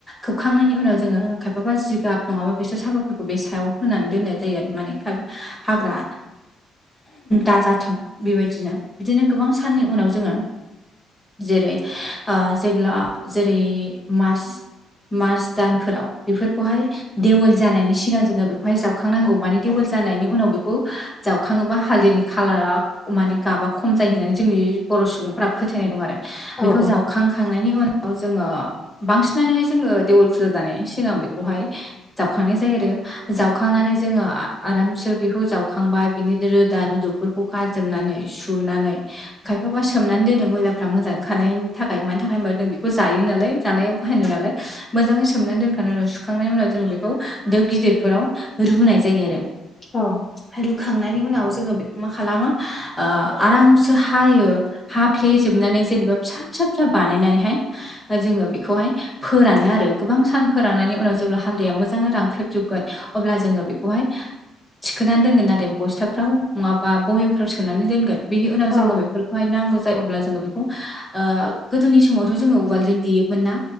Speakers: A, in the centre; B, on the left.
A: खोबखांनायनि उनाव जोङो खायफाबा जिगाब नङाबा बेसोर साबाफोरखौ बे सायाव होनानै दोननाय जायो। आरो माने हाग्रा दाजाथों, बेबायदिनो बिदिनो गोबां साननि उनाव जोङो जेरै ओ जेब्ला जेरै मार्च मार्च दानफोराव बेफोरखौहाय देवोल जानायनि सिगां जोङो बेखौहाय जावखांनांगौ माने देवोल जानायनि उनाव बेखौ जावखाङोबा हालदैनि खालाराव माने गाबा खम जायो होननानै जोंनि बर' सुबुंफोरा फोथायनाय दं आरो
B: औ
A: बेखौ
B: औ
A: जावखांखांनायनि उ नाव जोङो बांसिनानोहाय जोङो देवोल फुजा जानायनि सिगां बेखौहाय जावखांनाय जायो आरो जावखांनानै जोङो आरामसे बेखौ जावखांबाय बिनि रोदा रुदु फोरखौ गारजोबनानै सुनानै खायफाबा सोमनानै दोनो मैलाफ्रा मोजांखारनायनि थाखाय मानि थाखाय होनबा जों बेखौ जायो नालाय जानायाव बाहायनो नालाय मोजाङै सोमनानै दोनखांनाय उनाव सुखांनायनि उनाव जोङो बेखौ दो गिदिरफोराव रुनाय जायो आरो।
B: औ।
A: आमफाय रुखांनायनि उनाव जोङो बेखौ मा खालामो ओ आरामसो हायो। हा फ्ले जोबनानै जेनेबा फिसा फिसा फिसा बानायनानैहाय जोङो बेखौहाय फोरानो आरो गोबां सान फोराननानै उनाव जेब्ला हाल्दैया मोजाङै रांख्रेबजोबगोन अब्ला जोङो बेखौहाय थिखोनानै दोनगोन आरो बस्थाफ्राव नङाबा बय येमफ्राव सोनानै दोनगोन बेनि उनाव
B: औ
A: जोङो बेफोरखौहाय नांगौ जायो अब्ला जोङो बेखौ ओ गोदोनि समावथ' जोङो उवालजों देयोमोन ना